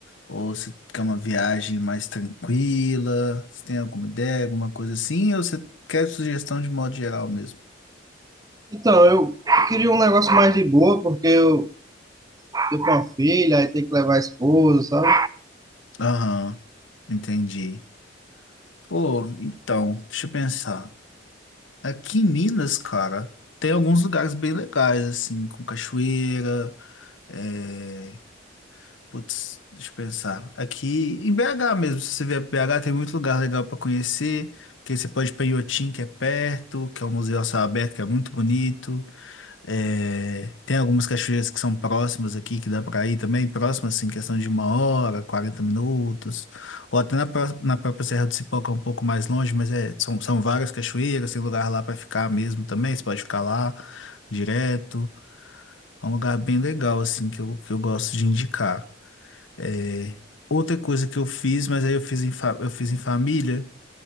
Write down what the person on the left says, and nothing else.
Ou você quer uma viagem mais tranquila? Você tem alguma ideia, alguma coisa assim? Ou você quer sugestão de modo geral mesmo?
Aham, entendi. Pô, então, deixa eu pensar. Aqui em Minas, cara, tem alguns lugares bem legais, assim, com cachoeira É, putz, deixa eu pensar. Aqui em BH mesmo, se você vier para BH, tem muito lugar legal para conhecer. Porque você pode ir para Inhotim, que é perto, que é um museu a céu aberto, que é muito bonito. É, tem algumas cachoeiras que são próximas aqui, que dá para ir também, próximas, assim, questão de uma hora, 40 minutos. Ou até na, pró- na própria Serra do Cipó, que é um pouco mais longe, mas é, são, são várias cachoeiras, tem lugar lá para ficar mesmo também, você pode ficar lá direto. É um lugar bem legal, assim, que eu, que eu gosto de indicar. É, outra coisa que eu fiz, mas aí eu fiz em, fa- eu fiz em família,